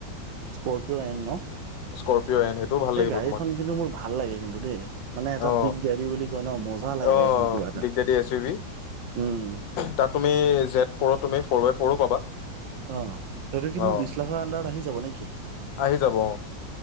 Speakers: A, on the right; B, on the left.
A: স্কৰ্পিঅ' নাইন ন'।
B: স্কৰপিঅ' এন সেইটোও ভাল
A: এই
B: লাগিব
A: গাড়ীখন
B: তোমাক
A: কিন্তু মোৰ ভাল লাগে কিন্তু দেই, মানে এটা
B: অ
A: বিগ ডেৰি বুলি কয় ন' মজা লাগে
B: অ
A: গাড়ীখন কিবা এটা
B: big daddy S U V
A: উম।
B: তাত তুমি জেট ফ'ৰত তুমি ফ'ৰ বাই ফ'ৰো পাবা।
A: অহ, সেইটো কি
B: অ
A: মোৰ বিশ লাখৰ আনডাৰত আহি যাব নেকি?
B: আহি যাব অহ।